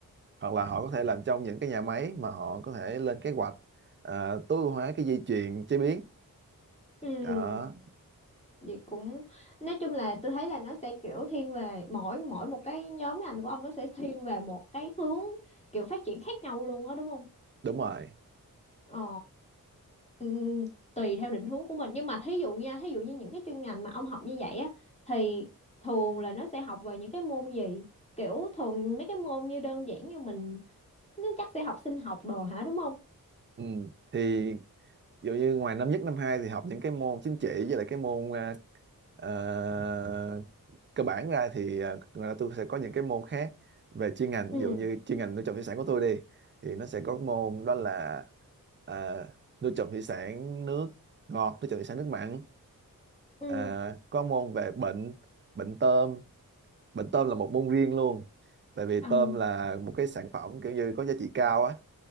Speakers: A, on the right; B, on the left.
A: hoặc là họ có thể làm trong những cái nhà máy mà họ có thể lên kế hoạch ờ, tối ưu hóa cái dây chuyền chế biến
B: Ừ,
A: đó
B: vậy cũng nói chung là tôi thấy là nó sẽ kiểu thiên về mỗi mỗi một cái nhóm ngành của ông nó sẽ thiên về một cái hướng kiểu phát triển khác nhau luôn á đúng không?
A: đúng rồi
B: Ờ ừm, tùy theo định hướng của mình nhưng mà thí dụ nha, thí dụ như những cái chuyên ngành mà ông học như vậy á thì thường là nó sẽ học về những cái môn gì? Kiểu thường mấy cái môn như đơn giản như mình nó chắc sẽ học sinh học đồ hả đúng không?
A: ừ. thì ví dụ như ngoài năm nhất năm hai thì học những cái môn chính trị với lại cái môn ờ, ờ, cơ bản ra thì ờ, ngoài ra tôi sẽ có những cái môn khác về chuyên ngành
B: Ừ.
A: ví dụ như chuyên ngành nuôi trồng thủy sản của tôi đi thì nó sẽ có môn đó là ờ, nuôi trồng thủy sản nước ngọt nuôi trồng thủy sản nước mặn
B: Ừ.
A: à, có môn về bệnh bệnh tôm bệnh tôm là một môn riêng luôn tại vì
B: À,
A: tôm là một cái sản phẩm kiểu như có giá trị cao á